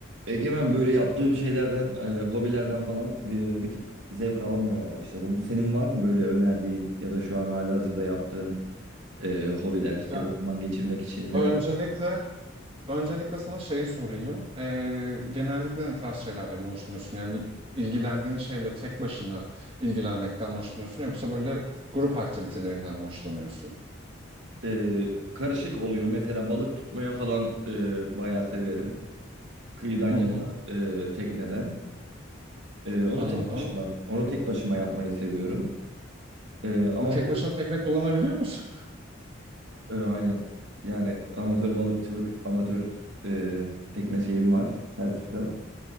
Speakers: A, on the right (about 65°); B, on the right (about 30°).
A: Egemen böyle yaptığım şeylerden, e, hobilerden falan bir, bir tık zevk alamamaya başladım. Senin var mı böyle önerdiğin ya da şu an halihazırda yaptığın e, hobiler ya
B: Ya,
A: da zaman geçirmek için neler?
B: öncelikle öncelikle sana şeyi sorayım. Ee, genellikle ne tarz şeylerden hoşlanıyorsun? Yani bir ilgilendiğin şeyle tek başına ilgilenmekten mi hoşlanıyorsun yoksa böyle grup aktivitelerinden mi hoşlanıyorsun?
A: E, karışık oluyor. Mesela balık tutmaya falan e, bayağı severim. Kıyıdan ya
B: Hı hı,
A: da e, tekneden. E, onu
B: anladım.
A: tek başıma, onu tek başıma yapmayı seviyorum. E, ama
B: Tek başına tekne kullanabiliyor musun?
A: e, aynen. Yani amatör balıkçılık, amatör e, tekne şeyim var, sertifikam.